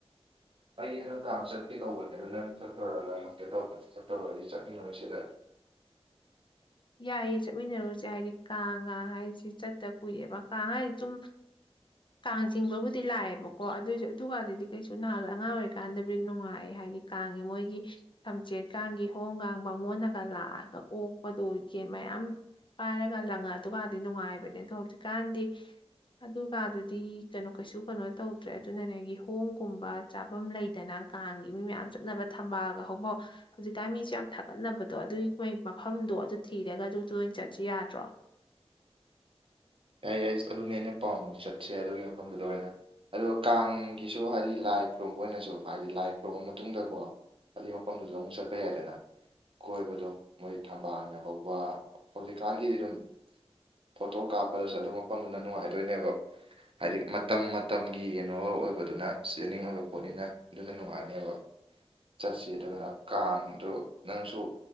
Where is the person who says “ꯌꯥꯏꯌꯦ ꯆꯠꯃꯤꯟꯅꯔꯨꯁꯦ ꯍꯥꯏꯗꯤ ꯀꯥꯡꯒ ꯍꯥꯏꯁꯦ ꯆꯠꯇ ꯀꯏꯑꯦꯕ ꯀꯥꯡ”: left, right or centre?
Left